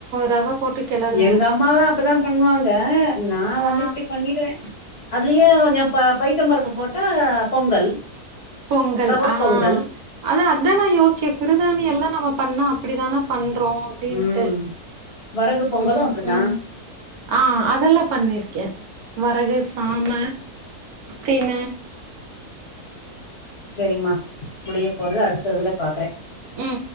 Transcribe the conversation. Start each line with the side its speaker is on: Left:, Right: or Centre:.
Right: ரவ போட்டு கெளறுவே
Left: எங்க அம்மாலா தா அப்டித்தா பண்ணுவாங்க! நா வந்து
Right: ஆ
Left: இப்டி பண்ணிடுவே அதுலேயே கொஞ்ச ப பைத்தம்பருப்பு போட்டா பொங்கல்
Right: பொங்கல்
Left: ரவ
Right: ஆ
Left: பொங்கல்
Right: அத அதா நா யோஸ்ச்ச சிறுதானியல்லா நம்ம பண்ணா அப்டிதான பண்றோ அப்டின்டு
Left: ம் வரகு பொங்கலு
Right: ம்
Left: அப்டிதா
Right: ம் ஆ அதெல்லா பண்ணி இருக்கே வரகு சாம திண
Left: செரிம்மா முடிய போறது அடுத்த இதுல பாக்ற
Right: ம்